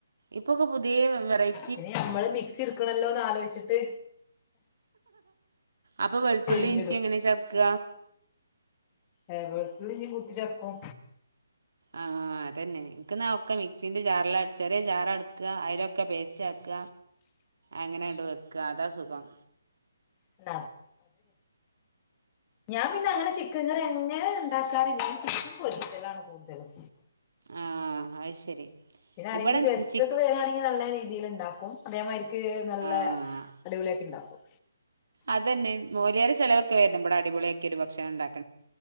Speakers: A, on the right; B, on the left.
A: ഇപ്പൊക്കെ പുതിയ വേറെയ്
B: പിന്നെ ഞമ്മള് മിക്സി ഇർക്കണല്ലോന്ന് ആലോയ്ച്ചിട്ട്
A: അപ്പൊ വെളുത്തുള്ളി
B: പിരിഞ്ഞിടും
A: ഇഞ്ചി എങ്ങനെ ചേത്ക്ക
B: ഏഹ് വെളുത്തുള്ളി ഇഞ്ചി കൂട്ടിച്ചേർക്കും
A: ആഹ് അതന്നെ ഇൻക്ക്ന്ന ഒക്കെ മിക്സിന്റെ ചാറിലട്ചാലെ ചാറ അട്ക്ക അയ്ലൊക്കെ പേസ്റ്റ് ആക്ക അങ്ങനെഅട്ട് വെക്ക അതാ സുഖം
B: <inaudible> ഞാൻ പിന്നെ അങ്ങനെ ചിക്കൻ കറി എങ്ങനെ ഉണ്ടാക്കാറില്ല ചിക്കൻ പൊരികളാണ് കൂടുതലും
A: ആഹ് അഹ് ശരി
B: പിന്നെ ആരെങ്കിലും
A: ഇവിടെ
B: ഗസ്റ്റ്
A: ചി
B: ഒക്കെ വരാണെങ്കിൽ നല്ല രീതിയിൽ ഉണ്ടാക്കും അതേമാരിക്ക് നല്ല
A: ആഹ്
B: അടിപൊളിയാക്കിണ്ടാക്കും
A: അതന്നെ മോയ്ല്യാരെ ചെലവെക്കെ വരണം ഇവിടെ അടിപൊളിയൊക്കെ ഒരു ഭക്ഷണം ണ്ടാക്